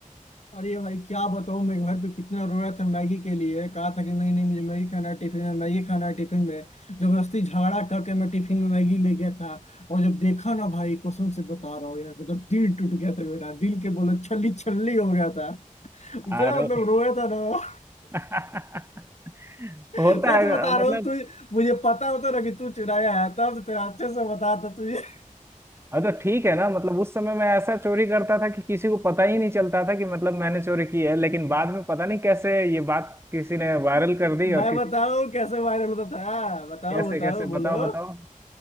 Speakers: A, on the left; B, on the right.
A: अरे भाई क्या बताऊं मैं घर पे कितना रोया था मैगी के लिए कहा था कि नहीं नहीं मुझे मैगी खाना है टिफिन में मैगी खाना है टिफिन में जबरदस्ती झगड़ा करके मैं टिफिन में मैगी ले गया था और जब देखा ना भाई कसम से बता रहा हूँ यार मतलब दिल टूट गया था मेरा दिल के बोले छल्ली छल्ली हो गया था इतना
B: अरे
A: मतलब रोया था ना
B: <laughs>
A: <laughs>
B: होता
A: सच
B: है
A: बता
B: मतलब
A: रहा हूँ तू मुझे पता होता ना कि तू चुराया है तब तो तेरा अच्छे से बताता तुझे
B: अब तो ठीक है ना मतलब उस समय मैं ऐसा चोरी करता था कि किसी को पता ही नहीं चलता था कि मतलब मैंने चोरी की है लेकिन बाद में पता नहीं कैसे ये बात किसी ने
A: <laughs>
B: वायरल कर दी और
A: मैं
B: किसी
A: बताऊँ कैसे वायरल होता था हाँ, बताओ
B: कैसे
A: बताओ
B: कैसे
A: बोलो
B: बताओ बताओ